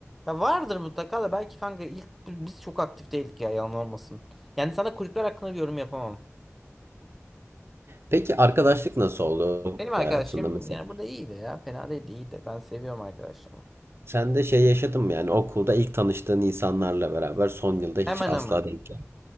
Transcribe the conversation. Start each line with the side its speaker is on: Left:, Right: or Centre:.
Centre: Ya vardır mutlaka da belki kanka ilk biz çok aktif değildik ya yalan olmasın. Yani sana kulüpler hakkında bir yorum yapamam.
Right: Peki arkadaşlık nasıl oldu okul
Centre: Benim arkadaşım
Right: hayatında mesela?
Centre: yani burada iyiydi ya. Fena değildi iyiydi. Ben seviyorum arkadaşımı.
Right: Sen de şey yaşadın mı yani okulda ilk tanıştığın insanlarla beraber son yılda hiç
Centre: Hemen
Right: asla
Centre: hemen.
Right: denk gel